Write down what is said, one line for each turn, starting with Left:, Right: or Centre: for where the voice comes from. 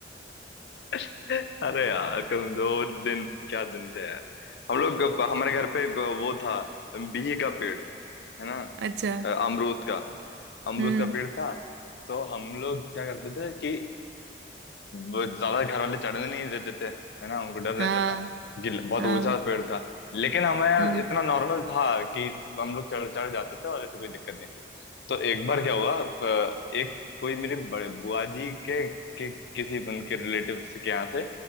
Left: अरे यार कसम से, वो दिन क्या दिन थे यार हम लोग हमारे घर पे वो था बिही का पेड़ है ना
Right: अच्छा
Left: अमरूद का अमरूद
Right: हम्म
Left: का पेड़ था तो हम लोग क्या करते थे कि वो ज्यादा घर वाले चढ़ने नहीं देते थे है ना उनको डर रहता
Right: हाँ
Left: था कि बहुत
Right: हाँ
Left: ऊंचा पेड़ था लेकिन हमें
Right: हाँ
Left: इतना नॉर्मल था कि हम लोग चढ़ चढ़ जाते थे और ऐसे कोई दिक्कत नहीं थी तो एक बार क्या हुआ अ, एक कोई मेरे बड़े बुआ जी के, के किसी उनके रिलेटिव्स के यहाँ से